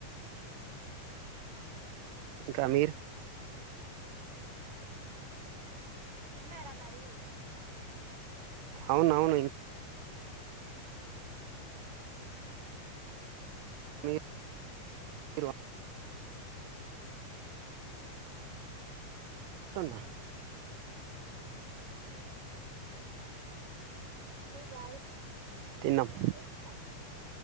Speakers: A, on the right; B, on the right.
A: ఇంకా మీరు
B: తిన్నారా మరి
A: అవునవును ఇన్ మీరు <unintelligible> టున
B: మీ వాయిస్
A: తిన్నాం
B: స్టాక్